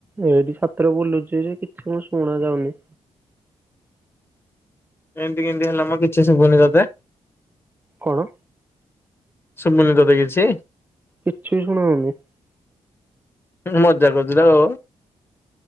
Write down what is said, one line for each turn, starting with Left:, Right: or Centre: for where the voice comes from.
Right: ଏଇଠି ଛାତରେ ବୁଲୁଛି ଯେ କିଛି ମୁ ଶୁଣା ଯାଉନି।
Left: ଏମିତି କେମିତି ହେଲା ମ କିଛି ଶୁବୁନି ତତେ।
Right: କଣ?
Left: ଶୁଭୁନି ତତେ କିଛି?
Right: କିଛି ବି ଶୁଣାହୋଉନି।
Left: ମଜା କରୁଚୁ ନା କଣ।